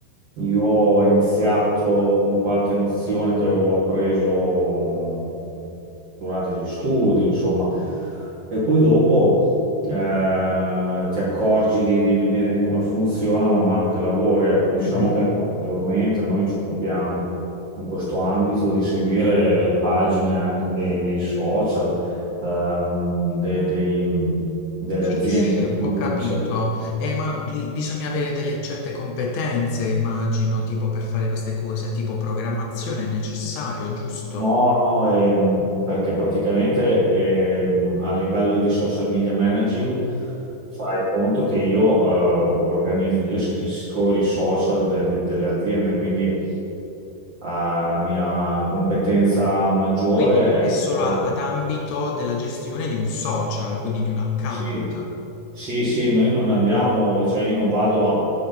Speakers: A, on the right (about 65°); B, on the left (about 80°).
A: Io ho iniziato con qualche nozione che avevo appreso durante gli studi, insomma, e poi dopo eh, ti accorgi di, di- bene di come funziona man mano che lavori. Ecco, diciamo
B: Mhm,
A: che maggiormente noi ci occupiamo in questo ambito di seguire le pagine anche dei, dei social, ehm, de- dei- delle
B: Sì,
A: aziende.
B: sì, ho
A: Quindi devi
B: capito.
A: cercare
B: Eh, ma bi- bisogna avere delle certe competenze, immagino, tipo per fare queste cose, tipo programmazione è necessario, giusto?
A: No, no, ehm, perché praticamente ehm, a livello di social media managing fai conto che io eh, organizzo, io gestisco i social de- de- delle aziende, quindi eh, la mia competenza maggiore
B: Quindi
A: è
B: è solo
A: rivolta.
B: a- ad ambito della gestione di un social, quindi di un account,
A: Sì, sì, sì, noi non andiamo, cioè io non vado a